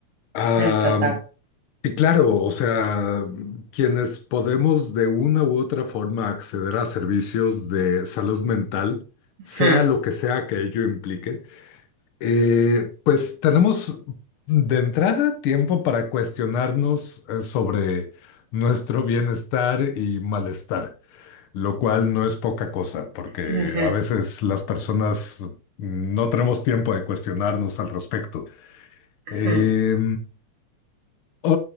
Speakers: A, on the left; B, on the right.
A: Ah,
B: mm, total.
A: y claro, o sea, quienes podemos de una u otra forma acceder a servicios de salud mental, sea
B: Mm,
A: lo que sea que ello implique, eh, pues tenemos de entrada tiempo para cuestionarnos eh, sobre nuestro bienestar y malestar. Lo cual no es poca cosa, porque
B: mhm,
A: a veces las personas no tenemos tiempo de cuestionarnos al respecto. Eh,
B: mhm,
A: Oh,